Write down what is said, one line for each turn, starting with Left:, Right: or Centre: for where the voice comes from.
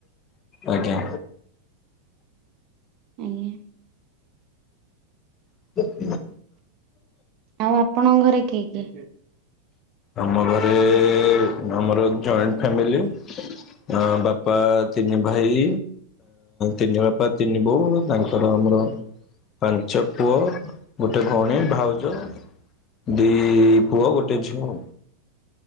Left: ଆଜ୍ଞା।
Right: ଆଜ୍ଞା।
Left: <unintelligible>
Right: ଆଉ ଆପଣଙ୍କ ଘରେ କିଏ କିଏ?
Left: ଆମ ଘରେ ଆମର ଜଏଣ୍ଟ ଫ୍ୟାମିଲି। ଅ ବାପା ତିନି ଭାଇ, ତିନି ବାପା, ତିନି ବୋଉ ତାଙ୍କ ତାଙ୍କର ଆମର ପାଞ୍ଚ ପୁଅ, ଗୋଟେ ଭଉଣୀ, ଭାଉଜ। ଦି ପୁଅ, ଗୋଟେ ଝିଅ।